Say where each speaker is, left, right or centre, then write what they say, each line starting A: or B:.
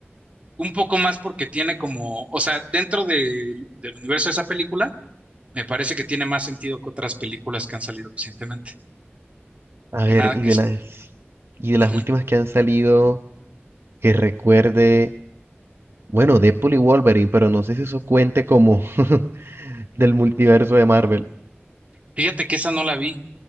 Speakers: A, on the right; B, on the right.
A: un poco más porque tiene como, o sea, dentro de- del universo de esa película, Me parece que tiene más sentido que otras películas que han salido recientemente.
B: A
A: Que
B: ver,
A: nada,
B: y
A: que
B: de
A: es.
B: las, y de las
A: ujú.
B: últimas que han salido, que recuerde. Bueno, Deadpool y Wolverine, pero no sé si eso cuente como <laughs> del multiverso de Marvel.
A: Fíjate que esa no la vi.